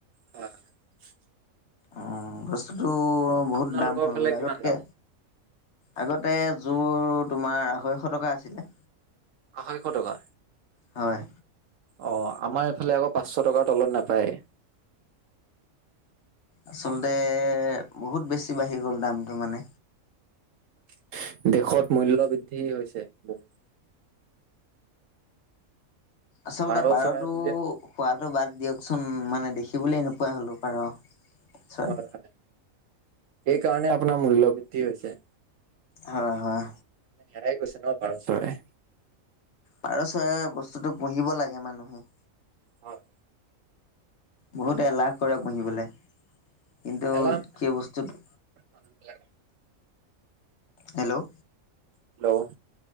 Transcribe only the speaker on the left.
উম, বস্তুটো বহুত
দাম হৈ
গ'ল
আগতকে
আগতে যোৰ তোমাৰ আঢ়ৈশ টকা আছিলে।
হয়
আচলতে বহুত বেছি বাঢ়ি গ'ল দামটো মানে।
আচলতে
পাৰটো
খোৱাটো বাদ দিয়কচোন মানে দেখিবলৈ নোপোৱা হলো পাৰ'। চৰাই
হয়, হয়,।
পাৰ' চৰাই বস্তুটো পুহিব লাগে মানুহে।
বহুতে এলাহ কৰে পুহিবলে, কিন্তু
সেই বস্তুত
হেল্ল',